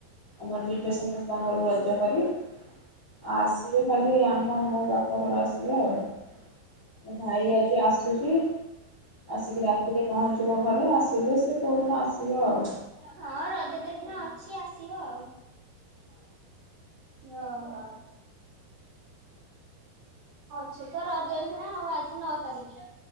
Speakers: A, on the left; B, on the right.
A: ଆମ ଯିବେ ସମସ୍ତଙ୍କରୁ ରଜ କରି ଆଉ ଆସିବେ ଖାଲି ଆମ ମୋ ବାପା ଘର ଆସିବା ଆଉ ଭାଇ ଆଜି ଆସୁଛି ଆସିକି ରାତି ଏବେ ପହଞ୍ଚିବ ଘରେ। ଆସିଲେ ସେ କୋଉଦିନ ଆସିବେ ଆଉ।
B: ହଁ ରଜ ତ ଏଇଖିନ ଅଛି ଆସିବ ଆଉ। ଓହୋ। ଅଛି ତ ରଜ ଏଇଖୀନା ଆଜି ନଅ ତାରିଖ